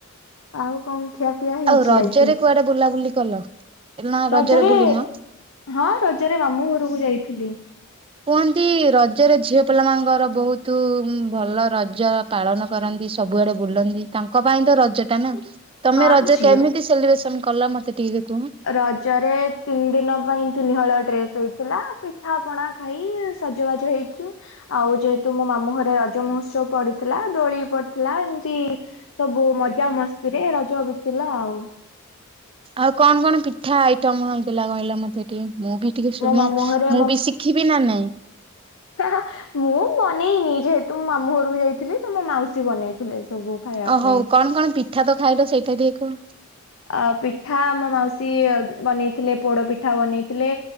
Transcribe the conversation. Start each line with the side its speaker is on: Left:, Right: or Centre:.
Left: ଆଉ କଣ ଖିଆପିଆ ହେଇଛି
Right: ଆଉ ରଜରେ
Left: ଆଜି?
Right: କୁଆଡେ ବୁଲାବୁଲି କଲ? ନା
Left: ରଜରେ
Right: ବୁଲିନ
Left: ହଁ ରଜରେ ମାମୁଁ ଘରକୁ ଯାଇଥିଲି।
Right: କୁହନ୍ତି ରଜରେ ଝିଅ ପିଲା ମାନଙ୍କର ବହୁତୁ ଭଲ ରଜ ପାଳନ କରନ୍ତି ସବୁଆଡ଼େ ବୁଲନ୍ତି ତାଙ୍କ ପାଇଁ ତ ରଜ ଟା ନା। ତମେ
Left: ହଁ
Right: ରଜ
Left: ଝିଅ।
Right: କେମିତି ସେଲିବ୍ରେସନ କଲ ମତେ ଟିକେ କୁହ?
Left: ରଜରେ ତିନି ଦିନ ପାଇଁ ତିନିହଳ ଡ୍ରେସ୍ ହେଇଥିଲା ପିଠା ପଣା ଖାଇ ସଜବାଜ ହେଇକି ଆଉ ଯେହେତୁ ମୋ ମାମୁଁ ଘରେ ରଜ ମହୋତ୍ସବ ପଡିଥିଲା ଦୋଳି ପଡିଥିଲା ଏମତି ସବୁ ମଜା ମସ୍ତିରେ ରଜ ବିତିଲା ଆଉ।
Right: ଆଉ କଣ କଣ ପିଠା ଆଇଟମ ହେଇଥିଲା କହିଲ ମତେ ଟିକେ ମୁଁ ବି ଟିକେ ଶୁଣେ
Left: ମୋ ମାମୁଁ ଘରେ
Right: ମୁଁ ବି ଶିଖିବି ନା ନାଇଁ?
Left: ହାହା ମୁଁ ବନେଇନି ଯେହେତୁ ମାମୁଁ ଘରକୁ ଯାଇ ଥିଲି ତ ମୋ ମାଉସୀ ବନେଇଥିଲେ ଏସବୁ ଖାଇବା
Right: ଓ ହଉ
Left: ପାଇଁ।
Right: କଣ କଣ ପି ଠା ତ ଖାଇଲ ସେଇଟା ଟିକେ କୁହ?
Left: ଆ ପିଠା ମୋ ମାଉସୀ ଉମ୍ ବନେଇଥିଲେ ପୋଡ ପିଠା ବନେଇଥିଲେ